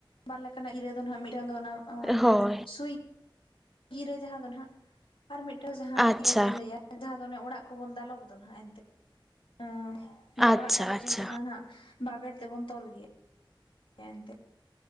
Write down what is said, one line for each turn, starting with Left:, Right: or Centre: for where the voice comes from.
Left: ᱵᱟᱨ ᱞᱮᱠᱟᱱᱟᱜ ᱜᱤᱨᱟᱹ ᱫᱚ ᱱᱟᱦᱟᱸᱜ ᱢᱤᱫᱴᱟᱝ ᱫᱚ ᱚᱱᱟ
Centre: ᱦᱳᱭ᱾
Left: ᱥᱩᱭ ᱜᱤᱨᱟᱹ ᱡᱟᱦᱟᱸ ᱫᱚ ᱱᱟᱦᱟᱸᱜ ᱟᱨ ᱢᱤᱫᱴᱮᱱ ᱡᱟᱦᱟᱸ
Centre: ᱟᱪᱪᱷᱟ
Left: ᱜᱤᱨᱟᱹ ᱵᱚᱱ ᱞᱟᱹᱭᱟ ᱡᱟᱦᱟᱸ ᱫᱚ ᱚᱱᱮ ᱚᱲᱟᱜ ᱠᱚᱵᱚᱱ ᱫᱟᱞᱚᱵ ᱫᱚ ᱱᱟᱦᱟᱸᱜ ᱮᱱᱛᱮ ᱦᱩᱸ᱾ ᱡᱟᱦᱟᱸ
Centre: ᱟᱪᱪᱷᱟ
Left: ᱚᱲᱟᱜ ᱫᱟᱞᱚᱵ ᱥᱚᱢᱚᱭ
Centre: ᱟᱪᱪᱷᱟ
Left: ᱡᱟᱦᱟᱸᱟ ᱱᱟᱦᱟᱸᱜ ᱵᱟᱵᱮᱨ ᱛᱮᱵᱚᱱ ᱛᱚᱞ ᱜᱮᱭᱟ ᱮᱱᱛᱮ᱾